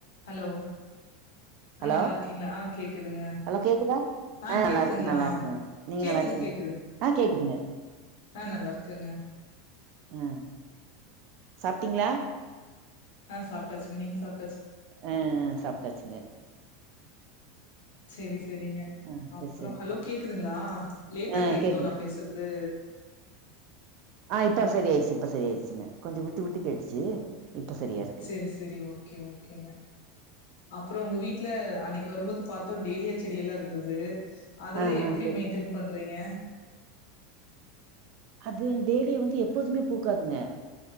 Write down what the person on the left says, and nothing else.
Hello ஆ
நல்லாருக்கீங்ளா ஆ கேக்குதுங்க
ஆ
கேக்குதுங்களா
கேக்குது
கேக்குது
ஆ நல்லாருக்கெங்க
ஆ சாப்டாச்சுங்க நீங்க சாப்
செரி செரிங்க
அப்றொ
ஹலோ கேக் குதுங்ளா? லேட்டா
கேக்குதோ
நா பேசுற து
சரி சரி ஓகே ஓகேங்க அப்புற உங்க வீட் வீட்ல அன்னைக்கு வரும்போது பாத்தோம் டெய்லியா செடி எல்லா இருந்தது அதெல்லா
எப்டி
மெயின்டன் பண்ற றீங்க